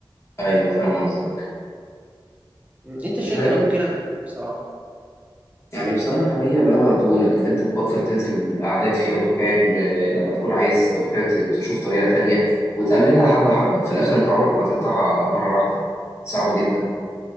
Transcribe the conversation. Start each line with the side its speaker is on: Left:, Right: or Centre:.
Left: ايوه فاهم قصدك
Right: م، أنت
Left: مش
Right: شايف
Left: عارف
Right: أنا ممكن أعمل إيه بصراحة
Left: يعني بصراحة هي اللي أنا قلته لك إن أنت تبطل تنزل قعدات فيها دخان آه، لما تكون عايز دخان ت- تشوف طريقة تانية وتقللها حبة حبة في الآخر أنت عمرك ما تقطعها مرة واحدة صعبة جدا